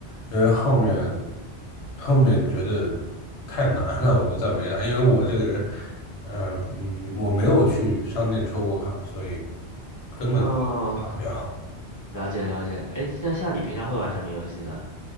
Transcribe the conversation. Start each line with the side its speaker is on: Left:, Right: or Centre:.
Left: 因为后面后面觉得太难了，我就再没打。因为我这个人，呃嗯，我没有去商店抽过卡，所以根本打不了。
Right: 嗯，了解了解。哎，那像你平常会玩什么游戏呢？